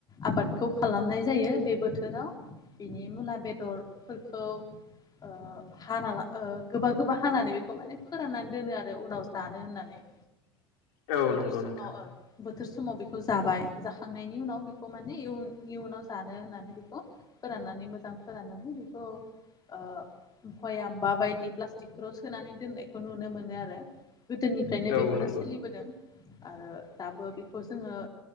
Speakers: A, on the left; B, on the left.
A: आबादखौ खालामनाय जायो बे बोथोराव बिनि मुला बेदरफोरखौ ओह हाना ला ओ गोबा गोबा हानानै बेखौ माने फोराननानै दोनो आरो उनाव जानो होननानै
B: <unintelligible>
A: बोथोर
B: नंगौ
A: समाव
B: नोंथां
A: बोथोर समाव बेखौ जाबाय जाखांनायनि उनाव बेखौ माने इयुन इयुनाव जानो होननानै बेखौ फोराननानै मोजां फोराननानै बेखौ ओ खयामबा बायदि प्लास्टिकफोराव सोनानै दोननायखौ नुनो मोनो आरो। गोदोनिफ्रायनो
B: औ
A: बेफोरो
B: नंगौ
A: सोलिबोदों आरो दाबो बेखौ जोङो